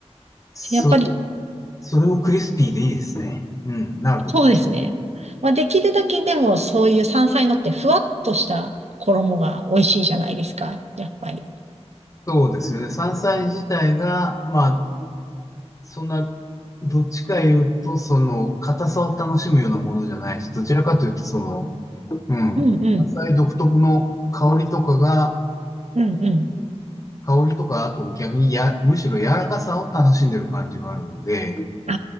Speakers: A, on the left; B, on the right.
A: それ、
B: やっぱり、
A: それをクリスピーでいいですね。うん、なるほど。
B: そうですね。まあできるだけでもそういう山菜のってふわっとした衣が美味しいじゃないですか。やっぱり。
A: そうですよね。山菜自体が、まあ、そんな、どっちか言うと、その、硬さを楽しむようなものじゃないし、どちらかというと、その、うん、
B: うんうん
A: 山菜独特の香りとかが、
B: うんうん。
A: 香りとか、あと逆にや、むしろ柔らかさを楽しんでる感じがあるので、
B: あ